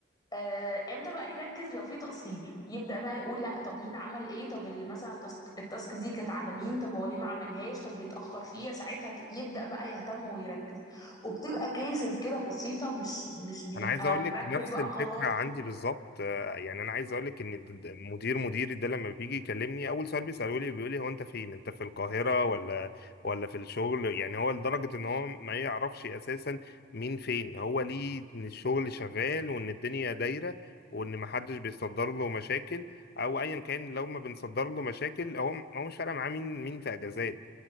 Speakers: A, on the left (about 20°); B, on the left (about 50°).
A: آه، امتى بقى يركز لو في تقصير يبدأ بقى يقول لا طب مين عمل ايه طب ال- مثلا التاسك التاسك دي كانت على مين طب هو ليه ما عملهاش طب ليه اتأخر فيها ساعتها ت- يبدأ بقى يهتم ويركز وبتبقى كيسز كده بسيطة مش مش بيبقى
B: انا عايز اقول
A: مركز
B: لك نفس
A: بقى
B: الفكره
A: خلاص
B: عندي بالظبط آه، يعني انا عايز اقول لك ان د- د- مدير مديري ده لما بيجي يكلمني اول سؤال بيساله لي بيقول لي هو انت فين انت في القاهره ولا ولا في الشغل يعني هو لدرجه ان هو ما يعرفش اساسا مين فين هو ليه ان الشغل شغال وان الدنيا دايره وان ما حدش بيصدر له مشاكل او ايا كان لو ما بنصدر له مشاكل هو هو مش فارق معاه مين مين في اجازات